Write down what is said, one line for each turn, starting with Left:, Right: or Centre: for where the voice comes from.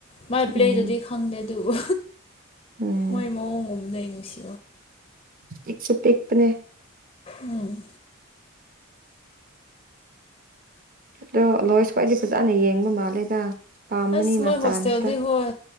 Left: ꯃꯥꯏ ꯄ꯭ꯂꯦꯗꯨꯗꯤ
Right: ꯎꯝ
Left: ꯈꯪꯗꯦ ꯑꯗꯨꯕꯨ
Right: ꯎꯝ
Left: ꯃꯣꯏ ꯃꯑꯣꯡꯒꯨꯝ ꯂꯩ ꯅꯨꯡꯁꯤ
Right: ꯄꯤꯛꯁꯨ ꯄꯤꯛꯄꯅꯦ
Left: ꯎꯝ
Right: ꯑꯗꯣ ꯂꯣꯏꯁ ꯈ꯭ꯋꯥꯏꯗꯤ ꯐꯖꯅ ꯌꯦꯡꯕ ꯃꯥꯜꯂꯦꯗ ꯄꯥꯝꯕꯅꯤꯅ
Left: ꯑꯁ ꯃꯣꯏ
Right: ꯐ꯭ꯔꯥꯟꯁꯇ
Left: ꯍꯣꯁꯇꯦꯜꯗꯤ ꯍꯣꯏ